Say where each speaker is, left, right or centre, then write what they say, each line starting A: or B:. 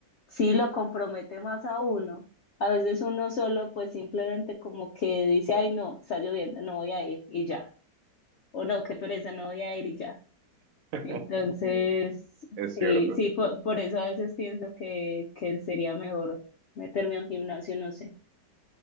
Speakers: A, on the left; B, on the right.
A: sí lo compromete más a uno. A veces uno solo pues simplemente como que dice, ay no, está lloviendo, no voy a ir y ya. O no, qué pereza, no voy a ir y ya.
B: <laughs>
A: Entonces,
B: es
A: sí,
B: cierto.
A: sí, por, por eso a veces pienso que, que sería mejor meterme a un gimnasio, no sé.